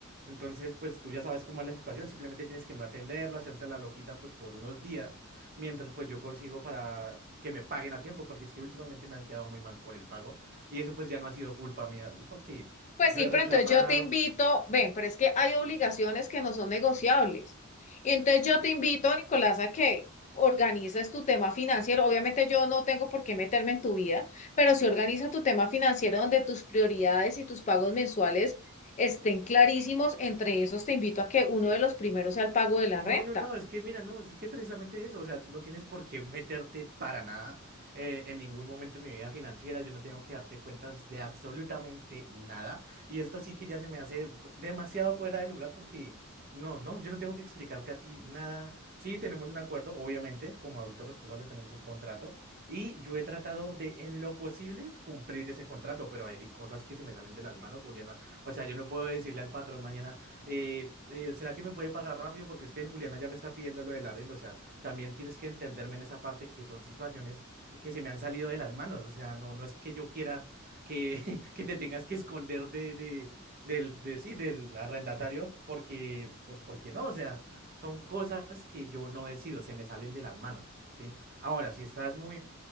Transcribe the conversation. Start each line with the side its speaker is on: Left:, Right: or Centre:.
Right: Entonces, pues tú ya sabes cómo es la situación, simplemente tienes que no atenderlo, hacerte la loquita pues por unos días, mientras pues yo consigo para que me paguen a tiempo, porque es que últimamente me han quedado muy mal por el pago y eso pues ya no ha sido culpa mía, así, porque
Left: Pues
Right: yo
Left: sí,
Right: he
Left: pero
Right: reclamado,
Left: entonces yo te invito, ven, pero es que hay obligaciones que no son negociables. Y entonces yo te invito, Nicolás, a que organices tu tema financiero. Obviamente yo no tengo por qué meterme en tu vida, pero sí organiza tu tema financiero donde tus prioridades y tus pagos mensuales estén clarísimos. Entre esos te invito a que uno de los primeros sea el pago de la
Right: No,
Left: renta.
Right: no, no, es que mira, no, es que precisamente eso, o sea, tú no tienes por qué meterte para nada eh, en ningún momento de mi vida financiera, yo no tengo que darte cuentas de absolutamente nada, y esto sí que ya se me hace d- demasiado fuera de lugar porque, no, no, yo no tengo que explicarte a ti nada, sí, tenemos un acuerdo, obviamente, como adultos responsables tenemos un contrato, y yo he tratado de, en lo posible, cumplir ese contrato, pero hay cosas que se me salen de las manos, Juliana, o sea, yo no puedo decirle al patrón mañana eh, eh, ¿será que me puede pagar rápido? Porque es que Juliana ya me está pidiendo lo del arriendo. O sea, también tienes que entenderme en esa parte que son situaciones que se me han salido de las manos. O sea, no, no es que yo quiera que, <laughs> que te tengas que esconder de, de, del, de, sí, del arrendatario, porque, pues, porque no. O sea, son cosas que yo no decido, se me salen de las manos, ¿sí? Ahora, si estás muy